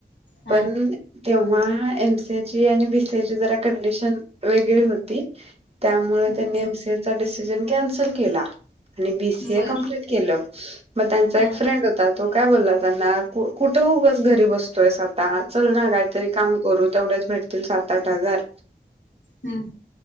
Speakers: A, on the left; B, on the right.
A: हा
B: पणऽ तेव्हा एम, सी, एक, ची आणि बी, सी, ए, ची जरा कंडिशन वेगळी होती. त्यामुळे
A: हम्म
B: त्यांनी एमसीएचा डिसिजन कॅन्सल केला,, आणि बीसीए
A: बर
B: कप्लीट केलं. मग त्यांचा
A: हा
B: एक फ्रेंड
A: हम्म
B: होता,, तो काय बोलला त्यांना, कुठं उगच घरी बसतोयसऽऽ चल ना काहीतरी काम करू, तेवढेच भेटतील सात, आठ हजार.
A: हम्म,